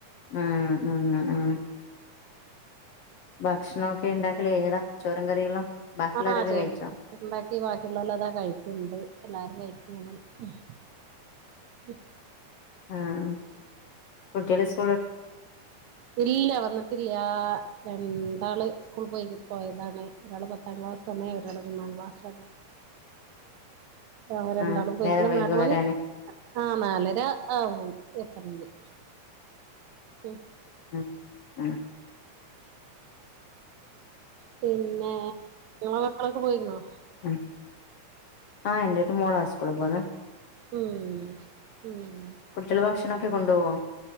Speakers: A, on the left; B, on the right.
A: ഉം ഉം ഉം ഭക്ഷണൊക്കെ ഇണ്ടാക്കല് കഴിഞ്ഞതാ ചോറും കറികളും. ബാക്കിയുള്ളവരൊക്കെ
B: ആഹ് ചോറ്
A: കഴിച്ചോ
B: ഇണ്ടാക്കി. ബാക്കിയുള്ളോല്ലതാ കഴിക്കണ്ട് എല്ലാരും കഴിക്കാണ്. <unintelligible>
A: ആഹ് കുട്ട്യാള് സ്
B: ഇല്ല വന്നിട്ടില്ലാ. രണ്ടാള് സ്‌കൂളിപോയിക് പോയതാണ്. ഒരാള് പത്താം ക്ലാസാണ് ഒരാള് മൂന്നാം ക്ലാസ്സാണ്.
A: <inaudible>
B: അ രണ്ടാളും പോയിക്കണ്
A: നേരം വൈകോ
B: നാൽ മണി
A: വരാന്
B: ആഹ് നാലര ആവും എത്തണമെങ്കിൽ ഉം
A: ആഹ് ആഹ് ആഹ്
B: പിന്നെ ങ്ങളെ മക്കളൊക്കെ പോയിന്നോ
A: ആഹ് ആഹ് എന്റൊരു മോളാ സ്കൂൾ പോന്നേ
B: ഉം ഉം
A: കുട്ടികള് ഭക്ഷണംക്കെ കൊണ്ടുപോവാ